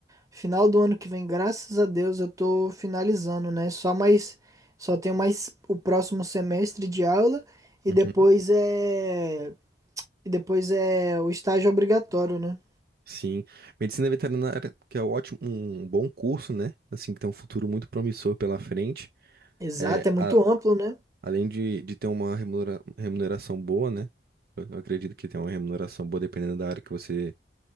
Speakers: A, on the right (about 20°); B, on the right (about 55°).
A: Final do ano que vem, graças a Deus, eu tô finalizando, né? Só mais, só tenho mais o próximo semestre de aula e
B: Uhum.
A: depois é, e depois é o estágio obrigatório, né?
B: Sim, medicina veterinária, que é ótimo, um bom curso, né? Assim, que tem um futuro muito promissor pela frente.
A: Exato,
B: É,
A: é muito
B: a-
A: amplo, né?
B: além de, de ter uma remunera- remuneração boa, né? Eu eu acredito que tem uma remuneração boa dependendo da área que você,